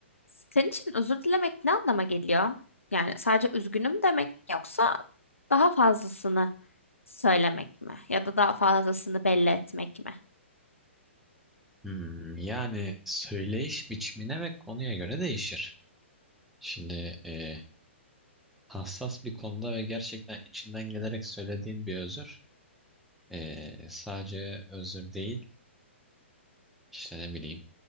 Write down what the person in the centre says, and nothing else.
Hmm, yani söyleyiş biçimine ve konuya göre değişir. Şimdi e, hassas bir konuda ve gerçekten içinden gelerek söylediğin bir özür e, sadece özür değil işte ne bileyim